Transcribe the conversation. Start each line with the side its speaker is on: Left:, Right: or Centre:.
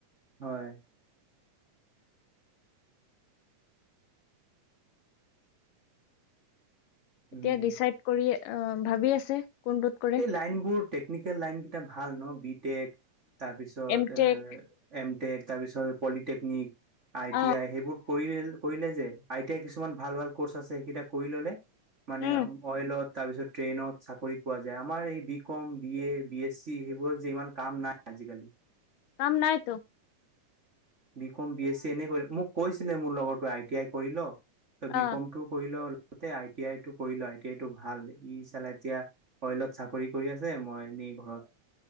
Right: হয় উম
Left: এতিয়া ডিচাইড কৰি অ ভাবি আছে কোনটোত কৰে
Right: এই লাইন বোৰ টেকনিকেল লাইন কেইটা ভাল ন বি টেক তাৰ পিছত
Left: এম
Right: এ
Left: টেক
Right: এম টেক তাৰ পিছত পলিটেকনিক আই
Left: অ
Right: টি আই সেইবোৰ কৰিলে কৰিলে যে আই টি আই কিছুমান ভাল ভাল ক'ৰ্চ আছে সেইকেইটা কৰি ললে মানে
Left: উম
Right: অইলত তাৰপিছত ট্ৰেইনত চাকৰিত পোৱা যায় আমাৰ এই B com B A B S C সেইবোৰত যে ইমান কাম নাই আজিকালি
Left: কাম নাই তো
Right: বি কম, বি এছ চি এনে কৰি মোক কৈছিলে মোৰ লগতো আই টি আই কৰি ল তই বি
Left: অ
Right: কম টো কৰি ল ততে আই টি আই টো কৰিলো আই টি আই টো ভাল ই চালা এতিয়া অইলত চাকৰি কৰি আছে মই এনে ঘৰত